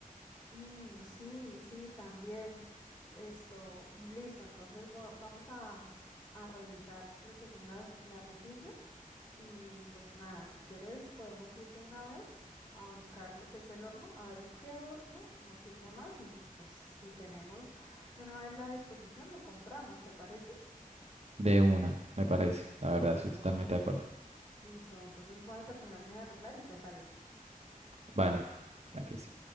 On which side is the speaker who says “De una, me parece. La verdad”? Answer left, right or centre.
Right